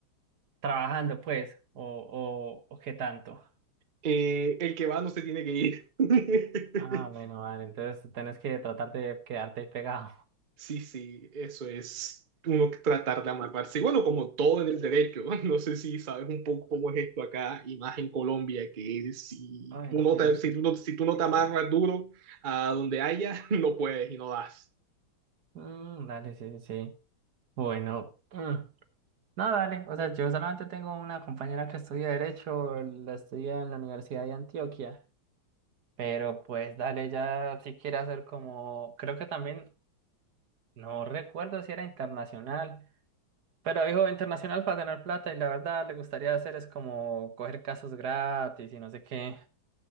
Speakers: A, on the right; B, on the right.
A: trabajando, pues, o, o, o qué tanto.
B: Eh, el que va no se tiene que ir. <laughs>
A: Ah, bueno, vale, entonces tenés que tratar de quedarte ahí pegado. <laughs>
B: Sí, sí, eso es uno que tratar de amarrarse. Y bueno, como todo en el derecho, <laughs> no sé si sabes un poco cómo es esto acá y más en Colombia, que si
A: Ay,
B: tú no
A: sí,
B: te,
A: sí,
B: si tú no,
A: sí,
B: si
A: complicado.
B: tú no te amarras duro a donde haya, <laughs> no puedes y no das.
A: Mm, dale, sí, sí, sí. Bueno, no, no, dale. O sea, yo solamente tengo una compañera que estudia Derecho, la estudia en la Universidad de Antioquia. Pero pues dale, ya si quiere hacer como, creo que también, no recuerdo si era internacional, pero dijo internacional para ganar plata y la verdad le gustaría hacer es como coger casos gratis y no sé qué,